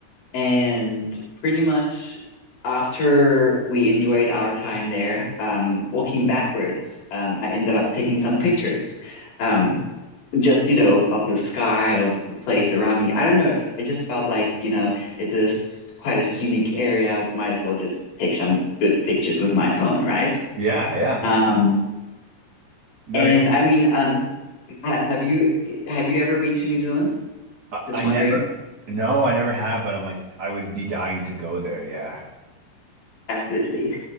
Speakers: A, on the left; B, on the right.
A: and pretty much after we enjoyed our time there, um, walking backwards, um, I ended up taking some pictures. Um, just you know of the sky of the place around me i don't know i just felt like you know it's a s- quite a scenic area might as well just take some good pictures with my phone right
B: Yeah, yeah.
A: um
B: There,
A: and i mean um ha have you have you ever been to New Zealand
B: I
A: just
B: I
A: wondering
B: never. No, I never have. But I'm like, I would be dying to go there. Yeah.
A: Absolutely.